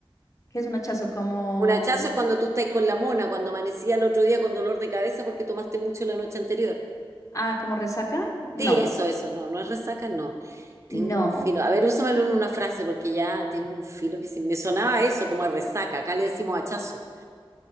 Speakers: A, on the left (about 35°); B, on the right (about 30°).
A: ¿Qué es un hachazo como,
B: Un hachazo es cuando tú estás con la mona, cuando amanecía el otro día con dolor de cabeza porque tomaste mucho la noche anterior.
A: ah, como resaca? No,
B: Sí, eso, eso, no, no es resaca, no. Tengo
A: no.
B: un filo. A ver, úsamelo en una frase porque ya tengo un filo que se... Me sonaba eso como a resaca. Acá le decimos hachazo,